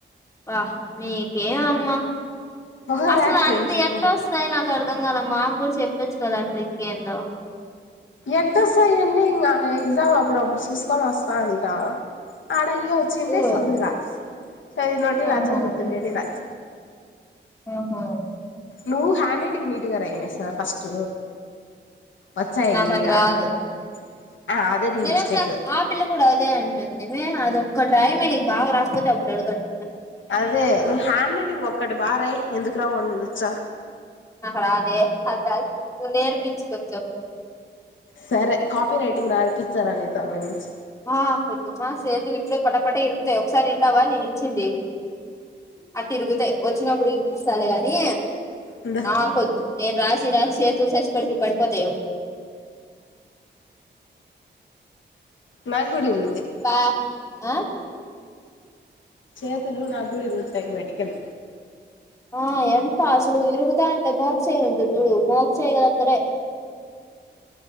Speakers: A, on the left; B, on the left.
A: వా నీకేం అమ్మ
B: ఓవర్
A: అసలు
B: యాక్షన్
A: అంత
B: చెయ్యకు
A: ఎట్ట వస్తాయి నాకు అర్ధం కాలమ్మా కొంచం చెప్పొచ్చు కదా ఆ ట్రిక్ ఏందో
B: ఎట్టస్థాయి అంటే ఎక్జా అప్పుడుప్పుడు చూసుకొని వస్తా అంటా అయ వచ్చిండే
A: ఓ
B: చదువు రాజు సోఐదు నోటి
A: ఓహో
B: రాజని గుర్తుండే రాజ
A: ఓహో
B: నువ్వు హ్యాండ్ రైటింగ్ నీట్గా రాయ్ మే సార్ ఫస్ట్ వచ్చాయి
A: నాకదిరాదు
B: ఆటోమేటిక్గా ఆ అదే నీ
A: ఏం
B: మిస్టేక్
A: లె ఆ పిల్ల కూడా అదే అంటుంది అద ఒక్కట్రయమ్మే నీకు బాగా రాస్తంది అప్పుడు అడగతాను
B: అదే నువ్వు హ్యాండ్ రైటింగ్ ఒక్కటి బా రాయ్ ఎందుకు రావో నేనూ జూచ్చ
A: నాకు రాదే అదిలా నువ్ నేర్పించు కొంచెం
B: సరే కాపీ రైటింగ్ రాపిస్తారా నీతో ఇప్పనించి
A: మా వద్దు మా చేతులు ఇప్పుడే పటపటే ఇరుకుతాయి ఒకసారి వింటావా నేను ఇరిచింది. అట్ట ఇరుగుతాయి వచ్చినప్పుడు ఇనిపిస్తాలే గాని
B: ఇందా
A: నాకొద్దు నేను రాసి రాసి సేతులు సస్ పడిపి పడిపోతయమో
B: మా గూడా ఇరుగుతాయి.
A: బా ఆ
B: చేతులు నా కూడా ఇరుగుతాయి మెడికల్
A: ఆ ఎంత అసలు విరుగుతాయి అంటే మోగా చేయి ఉంటుంది చూడు మోగ చేయి త్రే